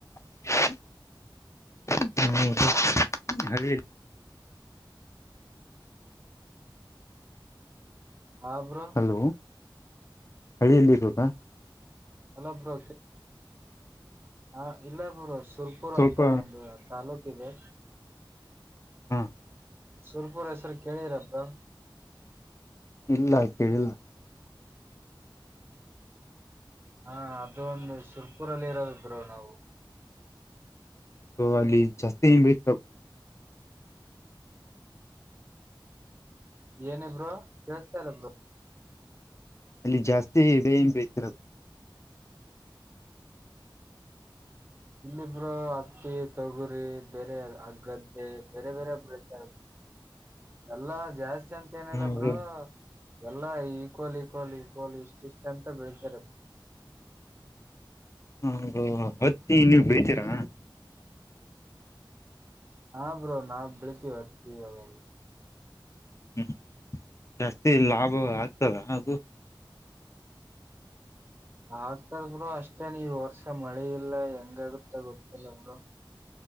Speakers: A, on the left; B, on the right.
A: ಹ
B: ಆಬ್ರ
A: ಹಲೋ ಹಳ್ಳಿಯಲ್ಲಿ ಕೋಕಾ
B: ಅಲ ಬ್ರೋ ಹ ಇಲ್ಲ ಬ್ರೋ ತುರ್ಪುರ್
A: ಸ್ವಲ್ಪ
B: ಅಂತ ಒಂದು ತಲ್ಲೂಕ ಇದೆ
A: ಹಾ
B: ಸುರ್ಪುರ್ ಹೆಸರು ಕೇಳಿರಪ್ಪಾ
A: ಇಲ್ಲ ಕೇಳಿಲ್ಲ
B: ಹಾ ಅದು ಒಂದು ಸುರ್ಪುರಲ್ಲಿ ಇರೋದರು ನಾವು
A: ಒಬ್ರು ಅಲ್ಲಿ ಜಾಸ್ತಿ ಂಗ್ ಬತರಬ್ರು ನೀ
B: ಏನಬ್ರರು ಕೇೇಳತ ಇಲ್ಲಬ್ರರು
A: ಲ್ಲಿ ಜಾಸ್ತಿ ಬೇ ಬೇತರ
B: ಇಲ್ಲಿಬ್ರು ಹತ್ತಿ ತೊಗುರಿ ಬೇರೆ ಆ ಗದ್ದೆ ಬೇರೆ ಬೇರೆೊಬರು ಇದ್ದಾರೆ ಎಲ್ಲಾ ಜಾಸ್ತಿ ಅಂತ ಏನಿಲ್ಲ
A: ಹಾ
B: ಬ್ರೋ ಎಲ್ಲಾ ಈಕ್ವಲ್ ಈಕ್ವಲ್ ಈಕ್ವಲ್ ಇಷ್ಟ ಇಷ್ಟ ಅಂತ ಬೆಳ್ತಾರೆರು
A: ಹ ಹೊತ್ತಿ ನೀವು ಬೇತೀರಾ
B: ಹ ಬ್ರೋ ನಾವ್ ಬೆಳತಿೀವಿ ಹೊರ್ತೀವಿ ಅವಲ್ಲಿ
A: ಹ್ಮ್ ಜಾಸ್ತಿ ಲಾಭ ಆಗ್ತದ ಹಾಗೂ
B: ಆಗ್ತದ ಬ್ರರು ಅಷ್ಟೇ ನೀವ್ ವರ್ಷ ಮಳೆ ಇಲ್ಲ ಹೆಂಗಗತ್ತ ಗೊತ್ತಿಲ್ಲ ಬರು